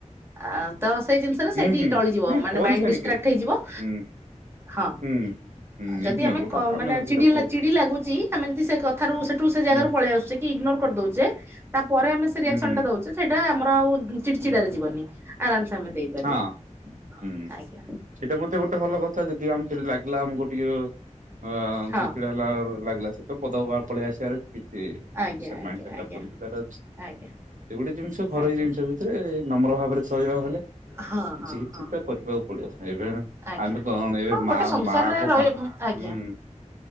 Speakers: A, on the right; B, on the right.
A: ଆ ତ ସେଇ ଜିନିଷରେ
B: ହୁଁ
A: ସେଇଠି
B: ହୁଁ
A: ଟଳିଯିବ
B: ନାଇଁ
A: ମାନେ
B: କରିସାରିକିରି
A: ମାଇଣ୍ଡ ଡିଷ୍ଟ୍ରାକ୍ଟ ହେଇଯିବ।
B: ହୁଁ
A: ହଁ।
B: ହୁଁ। ହୁଁ
A: ଯଦି
B: ଇଗ୍ନୋର
A: ଆମେ
B: ଗୋଟେ
A: କ ମାନେ
B: ସେଟା
A: ଚିଡି
B: କହୁ
A: ଚିଡି ଲାଗୁଛି ଆମେ ଯଦି ସେ କଥାରୁ ସେଠୁ ସେ ଜାଗାରୁ
B: ହୁଁ
A: ପଳେଇ ଆସୁଛେ କି ଇଗ୍ନୋର କରି ଦଉଛେ ତା ପରେ ଆମେ ସେ ରିଆକ୍ସନ
B: ହୁଁ ହୁଁ
A: ଟା ଦଉଛେ। ସେଇଟା ଆମର ଆଉ ଚିଡି
B: ହୁଁ
A: ଚିଡାରେ ଯିବନି ଆରାମସେ ଆମେ ଦେଇପାରିବା
B: ହଁ
A: ହଁ
B: ହୁଁ
A: ଆଜ୍ଞା।
B: ସେଇଟା ମଧ୍ୟ ଗୋଟେ ଭଲ କଥା ଯଦି ଆମେ ସେଠି ଲାଗିଲା ଆମକୁ ଟିକେ ଆ
A: ହଁ
B: ଚିଡ଼ଚିଡା ହେଲା ଲାଗିଲା <unintelligible> ପଦା ପଳେଇ ଆସିବାର କିଛି।
A: ଆଜ୍ଞା
B: ସେ
A: ଆଜ୍ଞା
B: ମାଇଣ୍ଡି ସେଟପ
A: ଆଜ୍ଞା
B: କରି ଯିବାର ଅଛି।
A: ଆଜ୍ଞା।
B: ଏ ଗୋଟେ ଜିନିଷ ଘରୋଇ
A: ଆଜ୍ଞା
B: ଜିନିଷ ଭିତରେ ନମ୍ର ଭାବରେ ଚଳିବା ଗଲେ
A: ହଁ
B: କିଛି
A: ହଁ
B: କିଛି
A: ହଁ
B: ବା କରିବା ଉପ ପଡିବ ଏବେ ଆମେ
A: ଆଜ୍ଞା।
B: ଆମେ କଣ ଏବେ
A: ହଁ ଗୋଟେ
B: ମା
A: ସଂସାରରେ
B: ମାଙ୍କ
A: ରହି
B: ମା ହୁଁ।
A: ଆଜ୍ଞା